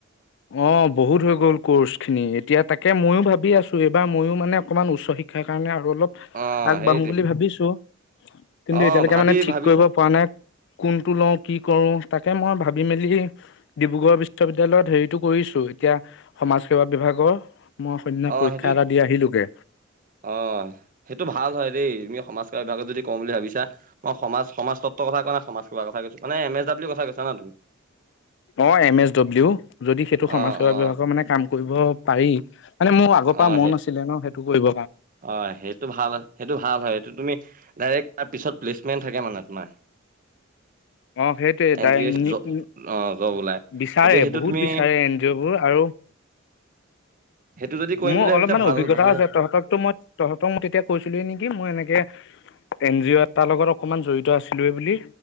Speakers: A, on the left; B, on the right.
A: অ' বহুত হৈ গ'ল কৰ্চ খিনি। এতিয়া তাকে ময়ো ভাবি আছো এইবাৰ ময়ো মানে অকমান উচ্চ শিক্ষাৰ কাৰণে আৰু অলপ
B: অ
A: আগবাঢ়ো
B: সেইটোৱে
A: বুলি ভাবিছো। কিন্তু
B: অ
A: এতিয়ালৈকে
B: ভাবি
A: মানে ঠিক
B: ভাবিছা
A: কৰিব পৰা নাই কোনটো লওঁ কি কৰো? তাকে মই ভাবি মেলি ডিব্ৰুগড় বিশ্ববিদ্যালয়ত হেৰিত টো কৰিছো এতিয়া সমাজ সেৱা বিভাগৰ। মই সৈদিনা
B: অ'
A: পৰীক্ষা
B: সেইটো
A: এটা দি আহিলোগে
B: অ' সেইটো ভাল হয় দেই। সমাজসেৱা বিভাগত যদি কৰো বুলি ভাবিছা। মই সমাজ সমাজতত্ত্ব কথা কোৱা নাই সমাজ সেৱা কথা কৈছো। নাই এম এছ ডাব্লিউ ৰ কথা কৈছা ন তুমি?
A: অ' এম এছ ডব্লিউ যদি সেইটো
B: অ
A: সমাজ সেৱা
B: অ
A: বিভাগৰ মানে কাম কৰিব পাৰি মানে মোৰ আগৰ
B: অ
A: পৰা মন
B: সেই
A: আছিলে ন সেইটো কৰিব।
B: অ' সেইটো ভাল, সেইটো ভাল হয় সেইটো তুমি ডাইৰেক্ট তাৰ পিছত প্লেজ মেন থাকে মানে তোমাৰ।
A: অ' সেইটোৱে
B: এন
A: দায়
B: জি
A: <unintelligible>
B: অ' জ জব ওলাই
A: বিচাৰে
B: গতিকে সেইটো
A: বহুত
B: তুমি
A: বিচাৰে এন জি অ' বোৰ আৰু
B: সেইটো যদি কৰিম
A: মোৰ
B: বুলি ভাবিছা
A: অলপমান
B: ভাল
A: অভিজ্ঞতা
B: ভালে
A: আছে তহঁতকতো মই তহঁতক মই তেতিয়া কৈছিলো য়ে নেকি? মই এনেকে এন জি অ' এ তাৰ লগত অকণমান জড়িত আছিলোৱে বুলি।